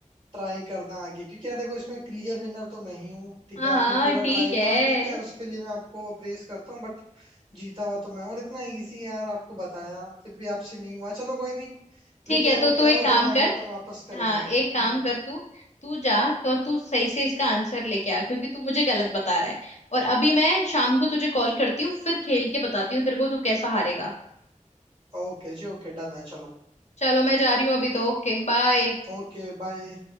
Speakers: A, on the right; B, on the left.
A: ट्राई करना आगे क्योंकि यार देखो इसमें क्लियर विनर तो मैं ही हूँ ठीक
B: हाँ
A: है आपने
B: हाँ
A: पूरा
B: ठीक
A: ट्राई
B: है
A: करा ठीक है उसके लिए मैं आपको अप्रेस करता हूँ बट जीता हुआ तो मैं हूं। और इतना इजी है यार आपको बताया फिर भी आपसे नहीं हुआ चलो कोई नहीं
B: ठीक
A: प्रिपेयर
B: है तो
A: होके
B: तू
A: आओ
B: एक काम
A: देन आगे
B: कर
A: अपन वापस करेंगे
B: हाँ एक
A: हम्म
B: काम कर तू तू जा तो तू सही से इसका आंसर लेके आ क्योंकि तू मुझे गलत बता रहा है और अभी मैं शाम को तुझे कॉल करती हूँ फिर खेल के बताती हूँ तेरे को तू कैसा हारेगा
A: ओके जी ओके डन है चलो
B: चलो मैं जा रही हूँ अभी तो ओके बाय
A: ओके बाय